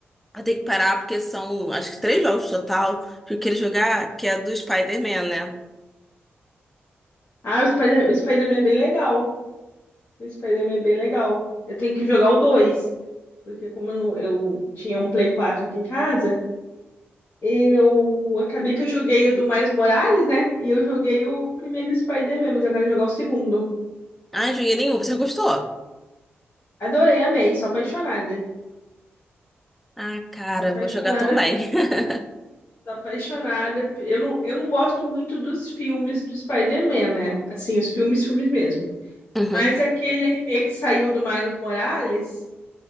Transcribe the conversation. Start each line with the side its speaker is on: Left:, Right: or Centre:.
Centre: Eu tenho que parar porque são, acho que três jogos total que eu queria jogar, que é do Spider-Man, né?
Left: Ah, o Spider- o Spider-Man é bem legal. O Spider-Man é bem legal. Eu tenho que jogar o 2, porque como eu, não- eu tinha um Play 4 aqui em casa, eu acabei que eu joguei o do Miles Morales, né? E eu joguei o primeiro Spider-Man, mas eu quero jogar o segundo.
Centre: Ah, não joguei nenhum. Você gostou?
Left: Adorei, amei, sou apaixonada.
Centre: Ah, cara,
Left: Sou apaixonada,
Centre: vou jogar também. <laughs>
Left: sou apaixonada. Eu não, eu não gosto muito dos filmes do Spider-Man, né? Assim, os filmes, filmes mesmo.
Centre: Uhum.
Left: Mas aquele anime que saiu do Miles Morales